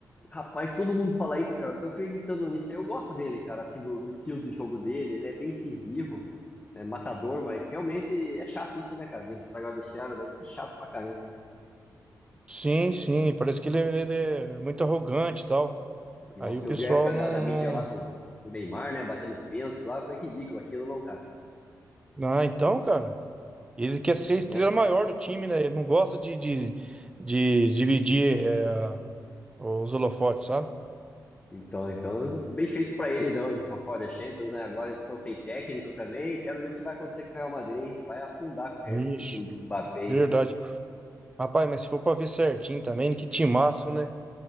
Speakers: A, on the left; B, on the right.
A: Rapaz, todo mundo fala isso, cara. Tô acreditando nisso. aí. Eu gosto dele, cara, assim, do, do estilo de jogo dele. Ele é bem incisivo, é matador, mas realmente é chato isso, né, cara? Dele estragar o vestiário, deve ser chato pra caramba.
B: Sim, sim, parece que ele, é ele é muito arrogante e tal.
A: Nossa,
B: Aí o pessoal
A: eu vi a época
B: não,
A: da, da mídia
B: não...
A: lá com com o Neymar, né, batendo pênalti lá, foi ridículo aquilo, não, cara,
B: Ah, então, cara. Ele quer ser a estrela
A: né?
B: maior do time, né? Ele não gosta de, de, de dividir é, os holofotes, sabe?
A: Então, então, bem feito pra ele, não, ficar fora da Champions, né? Agora eles estão sem técnico também. Quero ver o que vai acontecer com o Real Madrid, hein? Vai afundar com esse,
B: Vixe,
A: com esse Mbappé, aí.
B: verdade. Rapaz, mas se for pra ver certinho também, que timaço, né?